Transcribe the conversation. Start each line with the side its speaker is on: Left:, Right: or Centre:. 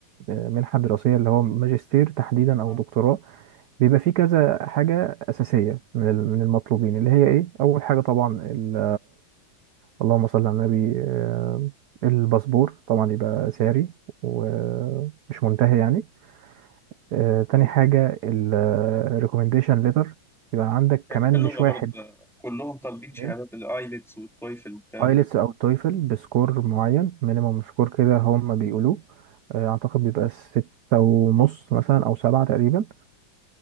Right: آه، منحة دراسية اللي هو ماجستير تحديدا او
Centre: آه.
Right: دكتوراه بيبقى فيه كذا حاجة اساسية من ال- من المطلوبين اللي هي ايه اول حاجة طبعا ال- اللهم صل على النبي آه، الباسبور طبعا يبقى ساري ومش منتهي يعني آه، تاني حاجة الريكومنديشن ليتر يبقى عندك
Centre: شهادات
Right: كمان
Centre: اللغة
Right: مش
Centre: برضه
Right: واحد
Centre: ده كلهم طالبين
Right: اتنين
Centre: شهادات الآيلتس والتويفل والكلام
Right: ايلتس
Centre: ده
Right: او تويفل بسكور معين مينيمم سكور كده هم بيقولوه آه، اعتقد بيبقى ستة ونص مثلا او سبعة تقريبا